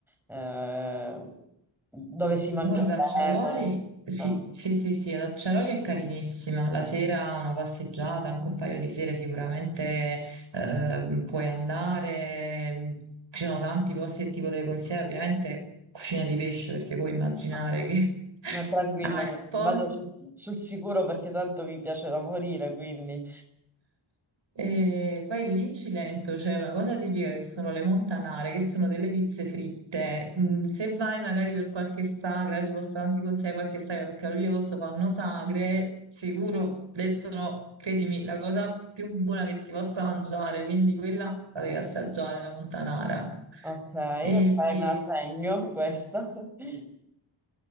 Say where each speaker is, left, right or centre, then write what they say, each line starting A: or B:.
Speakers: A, in the centre; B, on the right (about 65°).
A: eh, dove si mangia
B: Guarda,
A: bene.
B: Acciaroli, sì,
A: eh.
B: sì, sì, sì, ad Acciaroli è carinissima. La sera una passeggiata, anche un paio di sere sicuramente eh, puoi andare. Ci sono tanti posti che ti potrei consigliare, ovviamente cucina di pesce, perché puoi immaginare
A: Ammazza.
B: che... <laughs>
A: Ma tranquillo,
B: Ah, e
A: vado
B: poi?
A: sul, sul sicuro perché tanto mi piace da morire, quindi...
B: E poi lì in Cilento c'è una cosa tipica che sono le montanare, che sono delle pizze fritte. Mm, Se vai magari per qualche sagra, ti posso anche consigliare qualche sagra, perché a luglio e agosto fanno sagre, sicuro le sono, credimi, la cosa più buona che si possa mangiare, quindi quella
A: Ok,
B: la devi assaggiare, la montanara.
A: ok,
B: E,
A: ok,
B: e-
A: me la segno questa. <laughs>